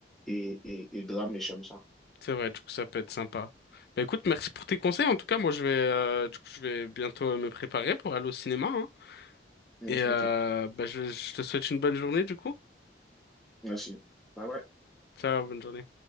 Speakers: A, in the centre; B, on the left (about 55°).
A: et, et, et drame, et j'aime ça.
B: C'est vrai, du coup, ça peut être sympa. Bah écoute, merci pour tes conseils. En tout cas, moi, je vais, euh, du coup, je vais bientôt me préparer pour aller au cinéma, hein.
A: Mm,
B: Et euh,
A: ok,
B: bah, je, je te souhaite une bonne journée, du coup.
A: merci. Bye bye.
B: Ciao, bonne journée.